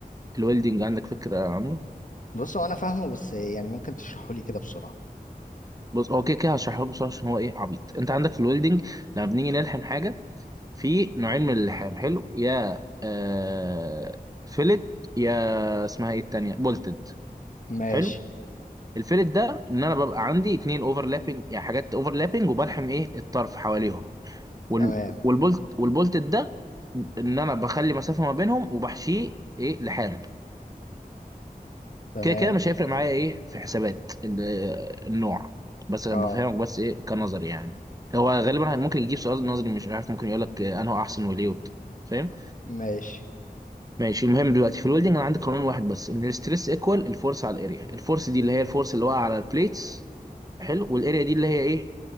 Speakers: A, on the right (about 25°); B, on the left (about 55°).
A: الويلدنج عندك فكره عنه
B: بص هو انا فاهمه بس يعني ممكن تشرحه لي كده بسرعة
A: بص هو كده كده هشرحه لك بسرعه عشان هو ايه عبيط انت عندك في الويلدنج لما بنيجي نلحم حاجه في نوعين من اللحام حلو يا آه فيلت يا اسمها ايه التانية بولتد
B: ماشي
A: حلو الفيلت ده ان انا ببقى عندي اتنين اوفرلابنج يعني حاجات اوفرلابنج وبلحم ايه الطرف حواليهم وال
B: تمام
A: والبولت والبولتد ده ان انا بخلي مسافة ما بينهم وبحشيه ايه لحام
B: تمام
A: كده كده مش هيفرق معايا ايه في حسابات ال- النوع بس انا
B: اه
A: بفهمك بس ايه كنظري يعني هو غالبا ممكن يجيب سؤال نظري مش عارف ممكن يقول لك انه احسن وليه وبت- فاهم
B: ماشي
A: ماشي المهم دلوقتي في الويلدنج انا عندي قانون واحد بس ان الستريس ايكوال الفورس على الاريا الفورس دي اللي هي الفورس اللي واقع على البليتس حلو والاريا دي اللي هي ايه